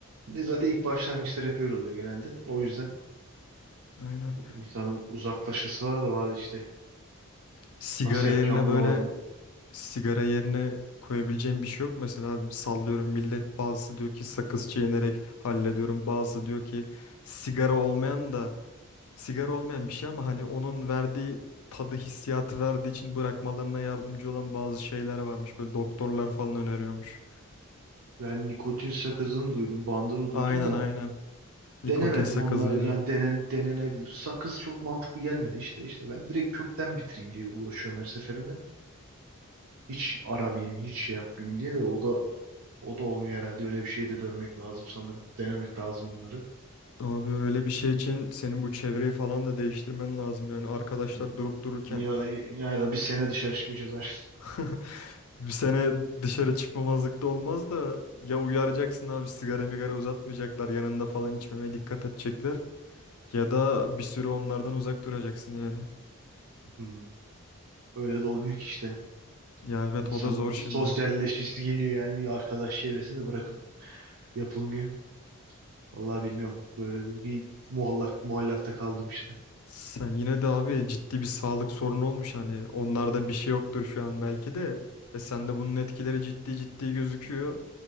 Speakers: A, on the right; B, on the left.
A: E, Zaten ilk başlangıçlar hep öyle oluyor genelde. O yüzden
B: Aynen.
A: insanın uzaklaşası var da var işte.
B: Sigara
A: Nasıl
B: yerine
A: yapacağımı
B: böyle
A: bulamadım.
B: sigara yerine koyabileceğim bir şey yok. Mesela sallıyorum millet bazısı diyor ki sakız çiğnerek hallediyorum. Bazısı diyor ki sigara olmayan da sigara olmayan bir şey ama hani onun verdiği tadı hissiyatı verdiği için bırakmalarına yardımcı olan bazı şeyler varmış. Böyle doktorlar falan öneriyormuş.
A: Ben nikotin sakızını duydum, bandını duydum
B: Aynen
A: da
B: aynen. Nikotin
A: denemedim.
B: sakızıydı.
A: Onlar yani denen, denenebilir. Sakız çok mantıklı gelmedi işte. İşte ben direkt kökten bitireyim diye uğraşıyorum her seferinde. Hiç aramayayım, hiç şey yapmayayım diye de o da o da olmuyor herhalde. Öyle bir şeye de dönmek lazım sanırım. Denemek lazım bunları.
B: Abi öyle bir şey için senin bu çevreyi falan da değiştirmen lazım. Yani arkadaşlar
A: Hı.
B: durup dururken
A: Ya, ya da bir sene dışarı çıkmayacağız artık.
B: <laughs> Bir sene dışarı çıkmamazlık olmaz da ya uyaracaksın abi sigara migara uzatmayacaklar yanında falan içmemeye dikkat edecekler ya da bir süre onlardan uzak duracaksın yani.
A: Hı. Öyle de olmuyor ki işte.
B: Ya evet
A: İnsanın
B: o da zor şimdi.
A: sosyalleşmesi geliyor yani arkadaş çevresini de bırakıp yapılmıyor. Vallahi bilmiyorum. Böyle bir, muallak muallakta kaldım işte.
B: Sen yine de abi ciddi bir sağlık sorunu olmuş hani onlarda bir şey yoktur şu an
A: Hı,
B: belki de ve sende bunun etkileri
A: hı,
B: ciddi ciddi gözüküyor.